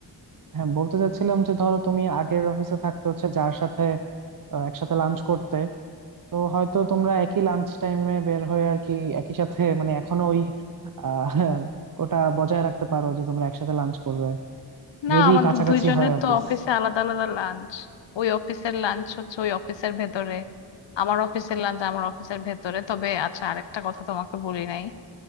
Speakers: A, on the right; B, on the left.
A: হ্যাঁ বলতে চাচ্ছিলাম যে ধরো তুমি আগের অফিসে থাকতে হচ্ছে যার সাথে আহ, একসাথে লাঞ্চ করতে তো হয়তো তোমরা একই লাঞ্চ টাইমে বের হয়ে আর কি একই সাথে মানে এখনো ওই আহ, <laughs> ওটা বজায় রাখতে পারো যে তোমরা একসাথে লাঞ্চ করবে
B: না
A: যদি
B: আমাদের
A: কাছাকাছি
B: দুইজনের
A: হয় অফিস
B: তো অফিসে আলাদা আলাদা লাঞ্চ ওই অফিসের লাঞ্চ হচ্ছে ওই অফিসের ভেতরে আমার অফিসের লাঞ্চ আমার অফিসের ভেতরে তবে আচ্ছা আরেকটা কথা তোমাকে বলি নাই